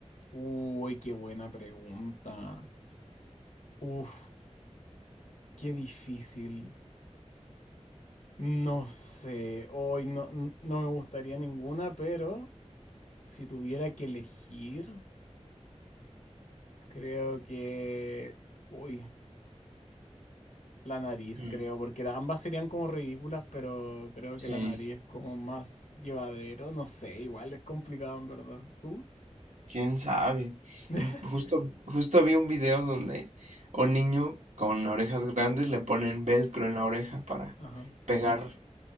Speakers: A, on the left; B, on the right.
A: Uy, qué buena pregunta. Uf, qué difícil. No sé, hoy no, n- no me gustaría ninguna, pero si tuviera que elegir, creo que... Uy, la nariz,
B: Mm,
A: creo, porque la- ambas serían como ridículas, pero creo
B: Sí,
A: que la nariz es como más llevadero. No sé, igual es complicado en verdad. ¿Tú?
B: quién sabe.
A: <laughs>
B: Mm, Justo, justo vi un video donde un niño con orejas grandes le ponen velcro en la oreja para
A: Ajá.
B: pegar